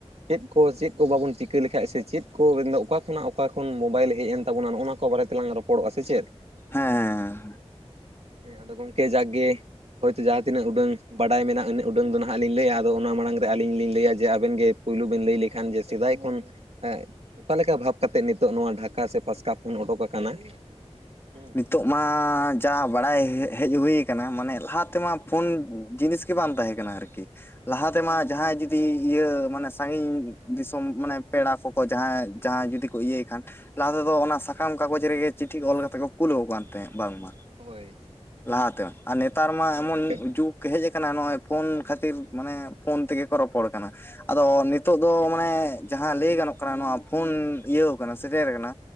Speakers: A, on the right; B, on the left.
A: ᱪᱮᱫ ᱠᱚ - ᱪᱮᱫ ᱠᱚ ᱵᱟᱵᱚᱱ <unintelligible> <unintelligible> ᱞᱮᱠᱷᱟᱡ ᱥᱮ ᱪᱮᱫ ᱠᱚ, ᱢᱮᱱ ᱫᱚ ᱚᱠᱟ ᱠᱷᱚᱱ ᱟᱜ ᱚᱠᱟ᱾ ᱠᱷᱚᱱ ᱢᱳᱵᱟᱭᱤᱞ ᱦᱮᱡ ᱮᱱ ᱛᱟᱵᱚᱱᱟ᱾ ᱱᱚᱜᱼᱚ ᱱᱚᱣᱟ ᱠᱚ ᱵᱟᱨᱮ ᱛᱮᱞᱟᱝ ᱨᱚᱯᱚᱲ ᱚᱜᱼᱟ᱾ ᱥᱮ ᱪᱮᱫ
B: ᱦᱮᱸ- ᱦᱮᱸ᱾
A: ᱦᱮᱸ᱾ ᱟᱫᱚ ᱜᱚᱝᱠᱮ ᱡᱟᱜ ᱜᱮ ᱦᱳᱭ ᱛᱚ᱾ ᱡᱟᱦᱟᱸ ᱛᱤᱱᱟᱹᱜ ᱩᱰᱟᱹᱝ, ᱵᱟᱰᱟᱭ ᱢᱮᱱᱟᱜᱼᱟ᱾ ᱩᱱᱟᱹᱜ ᱩᱰᱟᱹᱝ ᱫᱚ ᱱᱟᱦᱟ-ᱜ ᱞᱤᱧ ᱞᱟᱹᱭᱟ᱾ ᱟᱫᱚ ᱚᱱᱟ ᱢᱟᱲᱟᱝ ᱨᱮ ᱟᱹᱞᱤᱧ ᱞᱤᱧ ᱞᱟᱹᱭᱟ ᱡᱮ ᱟᱵᱮᱱ ᱜᱮ ᱯᱳᱭᱞᱳ ᱵᱤᱱ ᱞᱟᱹᱭ ᱞᱮᱠᱷᱟᱱ᱾ ᱡᱮ ᱥᱮᱵᱟᱭᱚᱛᱚᱱ ᱚᱠᱟ ᱞᱮᱠᱟ ᱵᱷᱟᱵᱽ ᱠᱟᱛᱮᱫ᱾ ᱱᱤᱛᱚᱜ ᱱᱚᱣᱟ ᱰᱷᱟᱠᱟ ᱥᱮ ᱯᱟᱥᱠᱟ᱾ ᱠᱷᱳᱱ ᱚᱳᱠ ᱟᱠᱟᱱᱟ᱾ ᱦᱮᱸ
B: ᱱᱤᱛᱚᱜ ᱢᱟ᱾ ᱡᱟ ᱵᱟᱲᱟᱭ ᱦᱮᱡ ᱦᱩᱭ ᱠᱟᱱᱟ ᱾ ᱢᱟᱱᱮ ᱞᱟᱦᱟ ᱛᱮᱢᱟ ᱯᱷᱳᱱ ᱡᱤᱱᱤᱥ ᱜᱮ ᱵᱟᱝ᱾ ᱛᱟᱦᱮᱸ ᱠᱟᱱᱟ ᱾ ᱟᱨ ᱠᱤ ᱞᱟᱦᱟ ᱛᱮ ᱢᱟ ᱾ ᱡᱟᱦᱟᱸᱭ ᱡᱩᱫᱤ ᱤᱭᱟᱹ ᱢᱟᱱᱮ, ᱥᱟᱸᱜᱤᱧ ᱫᱤᱥᱚᱢ ᱢᱟᱱᱮ ᱯᱮᱲᱟ ᱠᱚ ᱡᱟᱦᱟᱸ, ᱡᱟᱦᱟᱸᱭ ᱡᱩᱫᱤ ᱠᱚ ᱤᱭᱟᱹᱭ ᱠᱷᱟᱱ ᱾ ᱞᱟ ᱦᱟ ᱛᱮ ᱫᱚ ᱚᱱᱟ ᱥᱟᱠᱟᱢ ᱠᱟᱜᱚᱡᱽ ᱨᱮ ᱜᱮ ᱪᱤᱴᱷᱤ ᱚᱞ ᱠᱟᱛᱮ ᱠᱚ᱾ ᱠᱩᱞ ᱠᱟᱱ ᱛᱟᱦᱮᱸᱫ ᱵᱟᱝ ᱢᱟ᱾
A: ᱦᱳᱭ
B: ᱞᱟᱦᱟ ᱛᱮ, ᱟᱨ ᱱᱮᱛᱟᱨ ᱢᱟ
A: ᱦᱳᱭ
B: ᱾ᱮᱢᱚᱱ
A: ᱜᱚᱝᱠᱮ
B: ᱡᱩᱜ ᱦᱮᱡ ᱟᱠᱟᱱᱟ᱾ ᱱᱚᱜᱼᱚᱭ ᱯᱷᱳᱱ ᱠᱷᱟᱹᱛᱤᱨ ᱢᱟᱱᱮ ᱯᱷᱳᱱ ᱛᱮ ᱜᱮ ᱠᱚ᱾ ᱨᱚᱯᱚᱲ ᱠᱟᱱᱟ᱾ ᱟᱫᱚ ᱱᱤᱛᱚᱜ ᱫᱚ ᱢᱟᱱᱮ, ᱡᱟᱦᱟᱸ ᱞᱟᱹᱭ ᱜᱟᱱᱚ-ᱜ ᱠᱟᱱᱟ᱾ ᱱᱚᱣᱟ ᱯᱷᱳᱱ ᱤᱭᱟᱹᱣ ᱠᱟᱱᱟ ᱥᱮᱴᱮᱨ ᱠᱟᱱᱟ᱾